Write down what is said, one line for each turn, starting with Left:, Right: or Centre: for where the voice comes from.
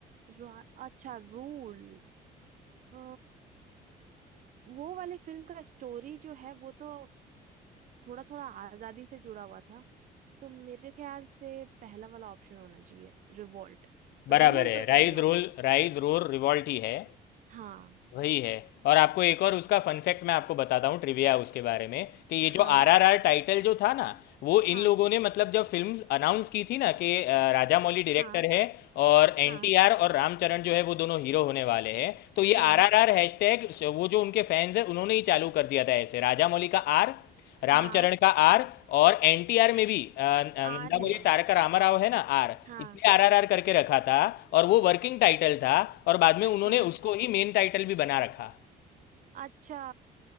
Right: रा- अच्छा रूल अ, वो वाली फिल्म का स्टोरी जो है वो तो थोड़ा थोड़ा आजादी से जुड़ा हुआ था तो मेरे ख्याल से पहला वाला ऑप्शन होना चाहिए रिवोल्ट
Left: बराबर
Right: रूल
Left: है
Right: तो
Left: rise
Right: नहीं होगा
Left: role rise roar revolt ही है
Right: हाँ
Left: वही है और आपको एक और उसका फन फैक्ट मैं आपको बताता हूँ ट्रिविया उसके बारे में कि ये
Right: हाँ
Left: जो आरआरआर टाइटल जो था ना वो
Right: हाँ
Left: इन लोगों ने मतलब जब फिल्म अनाउंस की थी ना कि अ, राजा मौली डायरेक्टर
Right: हाँ
Left: है और एनटीआर
Right: हाँ
Left: और रामचरण जो है वो दोनों हीरो होने वाले हैं तो ये
Right: हाँ
Left: आरआरआर हैशटैग वो जो उनके फैंस हैं उन्होंने ही चालू कर दिया था ऐसे राजा मौली का आर रामचरण
Right: हाँ
Left: का आर और एनटीआर में भी अ, नंदामूरी
Right: आर है
Left: तारका रामाराव है ना आर
Right: हाँ
Left: इसलिए आरआरआर करके रखा था और वो वर्किंग टाइटल था और बाद
Right: अच्छा
Left: में उन्होंने उसको ही मेन टाइटल भी बना रखा
Right: अच्छा